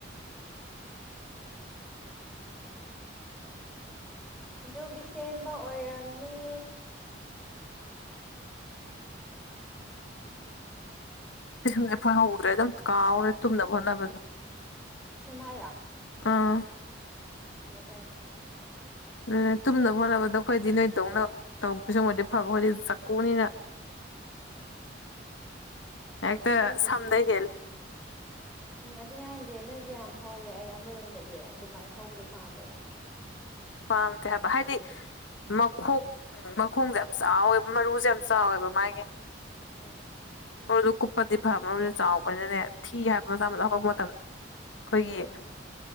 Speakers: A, in the centre; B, on the left.
A: ꯍꯝ ꯑꯗꯨꯒꯤ ꯁꯦꯝꯕ ꯑꯣꯏꯔꯝꯅꯤ
B: ꯄꯤꯁꯨꯝꯁꯦ ꯐꯪꯍꯧꯗ꯭ꯔꯦ ꯑꯗꯨꯝ ꯀꯥꯎꯔꯦ ꯇꯨꯝꯅꯕ ꯍꯣꯠꯅꯕꯗ
A: ꯄꯤꯁꯃꯥꯏꯔꯥ
B: ꯑꯥ
A: ꯀ ꯁꯨꯝꯕ
B: ꯎ ꯇꯨꯝꯅꯕ ꯍꯣꯠꯅꯕꯗ ꯑꯩꯈꯣꯏꯗꯤ ꯅꯣꯏ ꯇꯧꯅ ꯇꯧꯕꯁꯨꯃꯗꯤ ꯐꯕ ꯍꯣꯏꯗꯤ ꯆꯥꯛꯀꯨꯅꯤꯅ
A: ꯎꯝ
B: ꯑꯦꯗ
A: ꯑꯩꯈꯣꯏꯒꯤꯗꯤ
B: ꯁꯝꯗ ꯍꯦꯜ
A: ꯎꯝ ꯑꯗꯨꯅ ꯍꯥꯏꯁꯦ ꯅꯣꯏꯗꯤ ꯌꯥꯝ ꯍꯧꯋꯦ ꯑꯩ ꯑꯃꯔꯣꯝꯗꯗꯤ ꯑꯗꯨꯃꯥꯏꯅ ꯍꯧꯕꯗꯣ ꯄꯥꯝꯃꯦꯕ
B: ꯄꯝꯇ ꯍꯥꯏꯕ ꯍꯥꯏꯗꯤ ꯃꯈꯣꯛ ꯃꯈꯣꯡꯁꯦ ꯌꯥꯝ ꯆꯥꯎꯋꯦꯕ ꯃꯔꯨꯁꯦ ꯌꯥꯝ ꯆꯥꯎꯋꯦꯕ ꯃꯥꯒꯤ
A: ꯎꯝ
B: ꯃꯔꯨꯗꯣ ꯀꯨꯞꯄꯗꯤ ꯐ ꯃꯔꯨꯗꯨ ꯆꯥꯎꯕꯅꯤꯅꯦ ꯊꯤ ꯍꯥꯏꯕ ꯃꯆꯥ ꯑꯃꯗꯣ ꯍꯧꯔꯛꯄ ꯃꯇꯝꯗꯣ ꯑꯩꯈꯣꯏꯒꯤ
A: ꯎꯝ